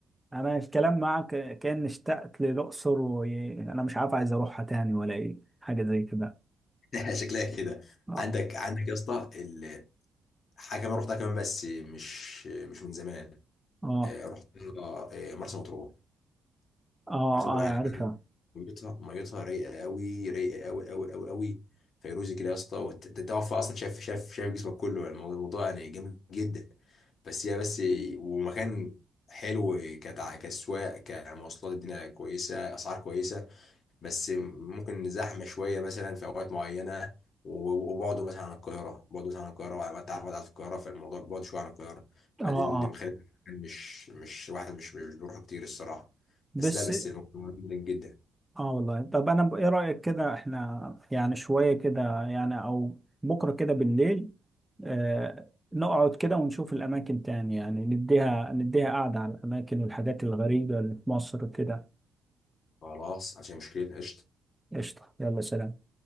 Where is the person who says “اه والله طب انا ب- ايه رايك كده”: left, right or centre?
Centre